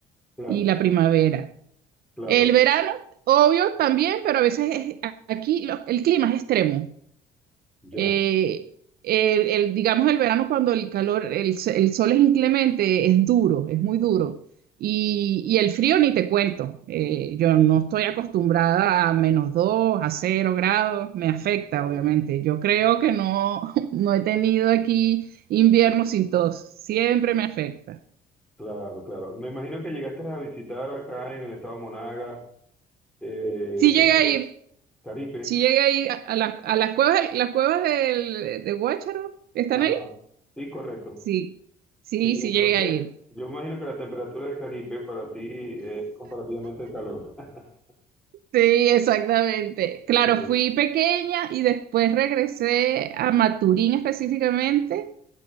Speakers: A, in the centre; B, on the right.
A: Claro,
B: y la primavera.
A: claro,
B: El verano, obvio, también, pero a veces es- aquí lo- el clima es extremo.
A: ya.
B: Eh, el, el- digamos el verano cuando el calor, el, s- el sol es inclemente, es duro, es muy duro. Y, y el frío ni te cuento. Eh, yo no estoy acostumbrada a menos 2, a cero grados, me afecta,
A: Guau,
B: obviamente. Yo creo que no, <laughs> no he tenido aquí invierno sin tos, siempre me afecta.
A: Claro, claro. Me imagino que llegaste a visitar acá en el estado Monaga, eh,
B: Si
A: Caripe,
B: llega a ir,
A: Caripe.
B: Si llega ahí a, a las a las cuevas, las cuevas del, de Guácharo, ¿están
A: Ajá.
B: ahí?
A: Sí, correcto.
B: Sí, sí,
A: Sí, entonces,
B: sí llegué a ir.
A: yo imagino que la temperatura de Caripe para ti es comparativamente el calor. <laughs>
B: Sí, exactamente. Claro,
A: Sí,
B: fui pequeña y después regresé a Maturín específicamente,